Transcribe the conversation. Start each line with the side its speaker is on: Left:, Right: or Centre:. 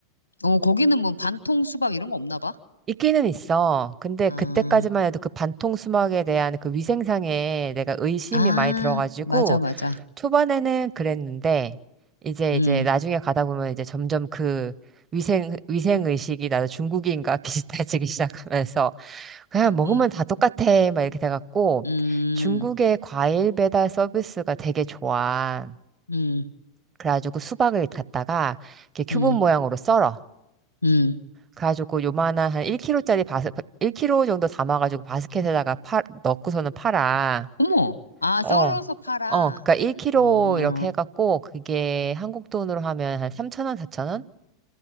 Left: 어, 거기는 뭐 반통 수박 이런 거 없나 봐.
Right: 있기는 있어. 근데
Left: 아,
Right: 그때까지만 해도 그 반통 수막에 대한 그 위생상에 내가 의심이
Left: 아,
Right: 많이 들어가지고
Left: 맞아, 맞아.
Right: 초반에는 그랬는데 이제
Left: 음,
Right: 이제 나중에 가다 보면 이제 점점 그 위생 위생 의식이 나도 중국인과 <laughs> 비슷해지기 시작하면서 그냥 먹으면
Left: 음,
Right: 다 똑같아 막 이렇게 돼갖고
Left: 음,
Right: 중국의 과일 배달 서비스가 되게 좋아.
Left: 음,
Right: 그래가지고 수박을 갖다가 이렇게 큐브
Left: 음,
Right: 모양으로 썰어.
Left: 음.
Right: 그래가지고 요만한 한 1kg짜리 바스, 1kg 정도 담아가지고 바스켓에다가 팔 넣고서는 팔아.
Left: 어머, 아,
Right: 어.
Left: 썰어서 팔아.
Right: 어, 그니까 1kg
Left: 어.
Right: 이렇게 해갖고, 그게 한국 돈으로 하면 한 3,000원, 4,000원?